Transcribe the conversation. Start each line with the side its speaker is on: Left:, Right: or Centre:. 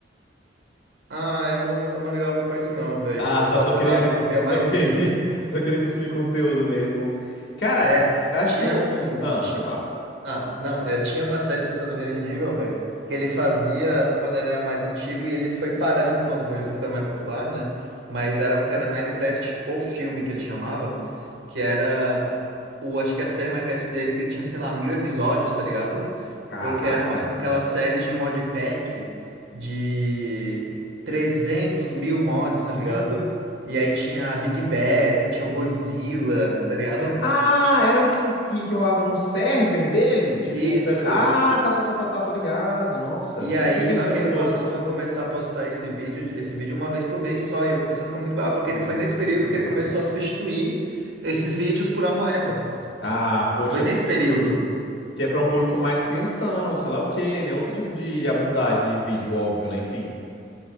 Right: Ah, eu não, eu não ligava muito pra isso não, velho.
Left: Ah,
Right: Eu
Left: tá,
Right: só
Left: só
Right: adorava
Left: queria,
Right: que eu via
Left: só
Right: mais
Left: queria,
Right: vídeo.
Left: <laughs> só queria consumir conteúdo mesmo. Cara,
Right: É,
Left: acho
Right: tinha
Left: que o
Right: um...
Left: Ah,
Right: ti-
Left: pode falar.
Right: Ah, não, é, tinha uma série específica do Resident Evil, velho, que ele fazia quando ele era mais antigo e ele foi parando quando foi- ele foi ficando mais popular, né? Mas era um que era Minecraft, o filme que ele chamava, que era... O, acho que a série Minecraft dele, que ele tinha, sei lá, mil episódios, tá ligado?
Left: Caraca.
Right: porque era uma, aquela
Left: Ah,
Right: série de modpack de trezentos mil mods, tá
Left: Uhum.
Right: ligado? E aí tinha a Big Beta, tinha o Godzilla, tá ligado?
Left: Ah, era o que, um- que, que rolava num server dele? Tipo,
Right: Isso.
Left: um server. Ah, tá, tá, tá, tá, tá, tô ligado. Nossa,
Right: E
Left: eu
Right: aí,
Left: nunca cheguei
Right: só
Left: a
Right: que
Left: ver
Right: ele
Left: todo.
Right: passou a começar a postar esse vídeo, esse vídeo uma vez por mês só, e eu comecei a ficar muito bravo, porque
Left: Ah,
Right: ele foi nesse período
Left: <laughs>
Right: que ele começou a substituir esses vídeos por Amoeba.
Left: Ah, poxa,
Right: Foi nesse período.
Left: que é pra um público mais crianção, sei lá o quê, né? Outro tipo de abordagem de vídeo, óbvio, né? Enfim.